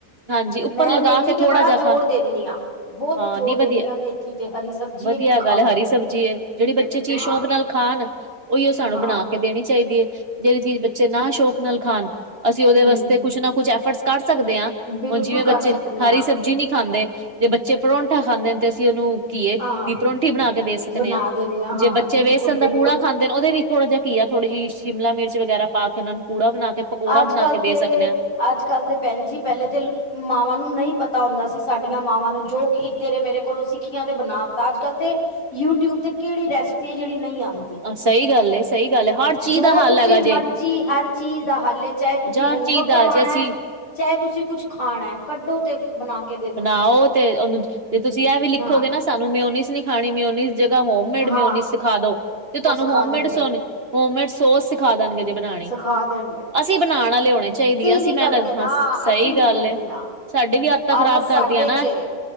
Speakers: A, on the right; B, on the left.
A: ਹਾਂਜੀ ਉੱਪਰ
B: ਮੈਂ
A: ਲਗਾ
B: ਮੇਥੀ
A: ਕੇ
B: ਤੇ
A: ਥੋੜਾ
B: ਬੜਾ
A: ਜਿਆ
B: ਜ਼ੋਰ
A: ਖਾ
B: ਦਿੰਦੀ ਹਾਂ। ਬਹੁਤ
A: ਹਾਂ
B: ਜ਼ੋਰ
A: ਨਹੀਂ ਵਧੀਆ
B: ਦਿੰਦੀ ਹਾਂ ਮੇਥੀ ਤੇ ਹਰੀ ਸਬਜ਼ੀ
A: ਵਧੀਆ
B: ਹੈ ਕਿ ਖਾਓ।
A: ਗੱਲ ਹੈ ਹਰੀ ਸਬਜ਼ੀ ਜਿਹੜੀ ਬੱਚੇ
B: ਹਾਂ
A: ਚੀਜ਼ ਸ਼ੌਂਕ ਨਾਲ ਖਣ ਉਹੀ
B: ਹਾਂ
A: ਬਣਾ ਕੇ ਦੇਣੀ ਚਾਹੀਦੀ ਹੈ ਜਿਹੜੀ ਚੀਜ਼ ਬੱਚੇ ਨਾ ਸ਼ੌਕ ਨਾਲ ਖਾਣ ਅਸੀਂ ਉਹਦੇ
B: ਹਮ
A: ਵਾਸਤੇ ਕੁਛ ਨਾ ਕੁਛ ਐਫਰਟਸ ਕਰ ਸਕਦੇ ਆ
B: ਬਿਲਕੁਲ
A: ਹੁਨ ਜਿਵੇਂ
B: ਕਰ
A: ਬੱਚੇ
B: ਸਕਦੇ
A: ਹਰੀ
B: ਹਾਂ
A: ਸਬਜ਼ੀ ਨਹੀ ਖਾਂਦੇ ਜੇ ਬੱਚੇ ਪਰੋਂਂਠਾ ਖਾਂਦੇ ਨੇ ਤੇ ਅਸੀਂ ਉਹਨੂੰ ਕੀ ਏ
B: ਹਾਂ
A: ਵੀ ਪਰੋਂਠੀ ਬਣਾ ਕੇ ਦੇ ਸਕਨੇ
B: ਬਣਾ
A: ਆ
B: ਦਿੰਦੇ ਹਾਂ ਹਾਂ
A: ਜੇ ਬੱਚੇ
B: ਬਿਲਕੁਲ
A: ਵੇਸਣ ਤਾਂ
B: ਬਿਲਕੁਲ
A: ਪੂੜਾ ਖਾਂਦ ਨ ਉਹਦੇ ਵਿੱਚ ਥੋੜਾ ਜਿਆ ਘੀਆ ਥੋੜੀ ਸ਼ਿਮਲਾ ਮਿਰਚ ਵਗੈਰਾ ਪਾ ਕੇ ਉਹਨਾਂ ਨੂੰ ਪੁੜਾ ਬਣਾ ਕੇ ਪਕੌੜਾ
B: ਅੱਜ
A: ਬਣਾ
B: ਕੱਲ
A: ਕੇ ਦੇ
B: ਤੇ
A: ਸਕਦੇ ਹਾਂ
B: ਅੱਜ ਕੱਲ ਤੇ ਭੈਨ ਜੀ ਪਹਿਲੇ ਤੇ ਮਾਵਾਂ ਨੂੰ ਨਹੀਂ ਪਤਾ ਹੁੰਦਾ ਸੀ ਸਾਡੀਆਂ ਮਾਵਾਂ ਨੂੰ ਜੋ ਤੇਰੇ ਮੇਰੇ ਕੋਲ ਸਿੱਖੀਆਂ ਤੇ ਬਨਾ ਤਾ ਅੱਜ ਕੱਲ੍ਹ ਤੇ ਯੂਟਿਊਬ ਤੇ ਕਿਹੜੀ ਰੈਸਪੀ ਹੈ ਜਿਹੜੀ ਨਹੀਂ ਆਂਂਦੀ
A: ਆਹ ਸਹੀ ਗੱਲ ਏ ਸਹੀ ਗੱਲ ਹੈ ਹਰ ਚੀਜ਼
B: ਜੋ
A: ਦਾ ਹੱਲ
B: ਤੁਸੀਂ
A: ਹੈਗਾ
B: ਮਰਜੀ
A: ਜੇ
B: ਹਰ ਚੀਜ਼ ਦਾ ਹੱਲ ਚਾਹੇ ਤੁਸੀਂ
A: ਹਰ
B: ਹੋਮਵਰਕ
A: ਚੀਜ਼ ਦਾ
B: ਕਰਵਾਣਾ
A: ਜੇ ਅਸੀਂ
B: ਚਾਹੇ ਤੁਸੀਂ ਕੁੱਛ ਖਾਣਾ ਕੱਢੋ ਤੇ ਬਣਾ ਕੇ ਦੇ ਦੋ
A: ਬਨਾਓ ਤੇ ਉਹਨੂੰ ਜੇ ਤੁਸੀਂ ਇਹ ਵੀ ਲਿਖੋਗੇ
B: ਹਾਂ
A: ਨਾ ਸਾਨੂੰ ਮਿਓਨੀਜ਼ ਨੀ ਖਾਣੀ ਮਿਉਨੀਜ਼ ਦੀ ਜਗ੍ਹਾ ਹੋਮੇਡ
B: ਹਾਂ
A: ਮਿਉਨਿਜ਼ ਸਿੱਖਾ ਦੋ ਤੇ ਤੁਹਾਨੂੰ
B: ਉਹ ਸਿਖਾ
A: ਹੋਮੇਡ
B: ਦੇਣਗੇ
A: ਸੋ ਹੋਮੇਡ ਸੋਸ ਸਿਖਾ ਦੇਣਗੇ ਜੇ ਬਨਾਣੀ
B: ਸਿਖਾ ਦੇਣਗੇ
A: ਅਸੀਂ ਬਨਾਣ ਆਲੇ ਹੋਣੇ ਚਾਹੀਦੀ ਏ ਅਸੀਂ
B: ਨੀ
A: ਮੈ
B: ਕਰਦੇ
A: ਹ
B: ਨਾ
A: ਸਹੀ
B: ਅਸੀਂ ਨੀ
A: ਗੱਲ
B: ਕਰਦੀਆਂ
A: ਏ। ਸਾਡੀ ਵੀ ਆਦਤਾਂ ਖ਼ਰਾਬ
B: ਆਲਸ
A: ਕਰਤੀਆਂ
B: ਸਾਡੇ
A: ਨਾ।
B: ਚ ਏ